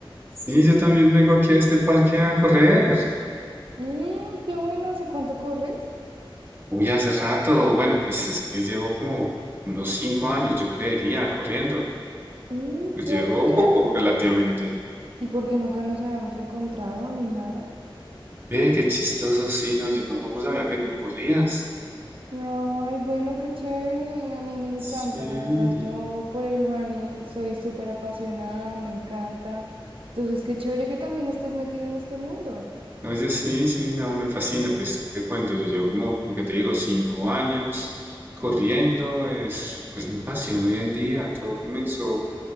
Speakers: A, on the right; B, on the right.
A: Sí, yo también vengo aquí a este parque a correr.
B: Mm, qué bueno, ¿hace cuánto corres?
A: Uy, hace rato, bueno, pues es que llevo como unos cinco años, yo creería, corriendo.
B: Mm,
A: Pues llevo
B: rato ya.
A: poco relativamente.
B: ¿Y por qué nunca nos habíamos encontrado ni nada?
A: Ve, qué chistoso, sí, no, yo tampoco sabía que tú corrías.
B: Ay, bueno, qué chévere, a mí me encanta,
A: Sí.
B: la verdad, yo por el running soy súper apasionada, me encanta. Entonces, qué chévere que también estés metido en este mundo.
A: No, yo sí, sí, no, me fascina, pues, ¿qué te cuento? Yo llevo como, lo que te digo, cinco años corriendo, es pues mi pasión hoy en día, todo comenzó,